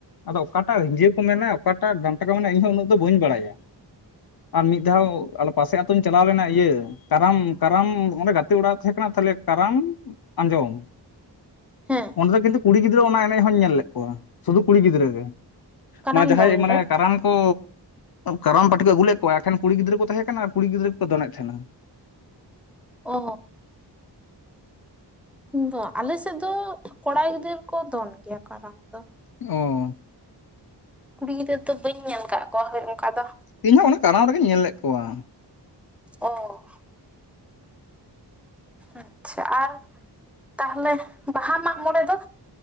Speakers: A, on the left; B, in the centre.
A: ᱟᱫᱚ ᱚᱠᱟᱴᱟᱜ ᱡᱟᱹ ᱠᱚ ᱢᱮᱱᱟ ᱚᱠᱟᱴᱟᱜ ᱰᱟᱱᱴᱟ ᱠᱚ ᱢᱮᱱᱟ ᱤᱧ ᱩᱱᱟᱹᱜ ᱫᱚ ᱵᱟᱹᱧ ᱵᱟᱲᱟᱭᱟ ᱟᱨ ᱢᱤᱫ ᱫᱷᱟᱣ ᱟᱞᱮ ᱯᱟᱥᱮ ᱟᱛᱧ ᱪᱟᱞᱟᱣ ᱞᱮᱱᱟ ᱤᱭᱟᱹ ᱠᱟᱨᱟᱢ ᱠᱟᱨᱟᱢ ᱚᱸᱰᱮ ᱜᱟᱛᱮ ᱚᱲᱟᱜ ᱛᱟᱦᱮᱸ ᱠᱟᱱᱟ ᱛᱟᱦᱚᱞᱮ ᱠᱟᱨᱟᱢ ᱟᱸᱡᱚᱢ
B: ᱦᱮᱸ
A: ᱚᱸᱰᱮ ᱫᱚ ᱠᱤᱱᱛᱩ ᱠᱩᱲᱤ ᱜᱤᱫᱽᱨᱟᱹ ᱚᱱᱟ ᱮᱱᱮᱡ ᱦᱚᱧ ᱧᱮᱞ ᱞᱮᱫ ᱠᱚᱣᱟ ᱥᱩᱫᱩ ᱠᱩᱲᱤ ᱜᱤᱫᱽᱨᱟᱹ ᱜᱮ
B: ᱠᱟᱨᱟᱢ
A: ᱢᱟ ᱡᱟᱦᱟᱸᱭ
B: ᱫᱚᱱ
A: ᱢᱟᱱᱮ
B: ᱨᱮ
A: ᱠᱟᱨᱟᱢ ᱠᱚ ᱠᱟᱨᱟᱢ ᱯᱟᱹᱴᱤ ᱠᱚ ᱟᱹᱜᱩᱞ ᱞᱮᱫ ᱠᱚᱣᱟ ᱮᱠᱷ ᱠᱩᱲᱤ ᱜᱤᱫᱽᱨᱟᱹ ᱠᱚ ᱛᱟᱦᱮᱸ ᱠᱟᱱᱟ ᱟᱨ ᱠᱩᱤᱤᱫᱽᱨᱟᱹ ᱠᱚ ᱫᱚᱮᱫ ᱛᱟᱦᱮᱱᱟ
B: ᱚ ᱫᱚ ᱟᱞᱮ ᱥᱮᱫ ᱫᱚ ᱠᱚᱲᱟ ᱜᱤᱫᱟᱹᱨ ᱠᱚ ᱫᱚᱱ ᱜᱮᱭᱟ ᱠᱟᱨᱟᱢ ᱫᱚ
A: ᱚ
B: ᱠᱩᱲᱤ ᱜᱤᱫᱽᱨᱟᱹᱨᱟᱹ ᱫᱚ ᱵᱟᱹᱧ ᱧᱮᱞ ᱟᱠᱟᱫ ᱠᱚᱣᱟ ᱦᱳᱭ ᱚᱱᱠᱟ ᱫᱚ
A: ᱤᱧᱦᱚᱸ ᱚᱱᱟ ᱠᱟᱨᱟᱢ ᱨᱮᱜᱮᱧ ᱧᱮᱞ ᱞᱮᱫ ᱠᱚᱣᱟ
B: ᱚ ᱟᱪᱷᱟ ᱟᱨ ᱛᱟᱦᱞᱮ ᱵᱟᱦᱟ ᱢᱟᱜ ᱢᱚᱬᱮ ᱫᱚ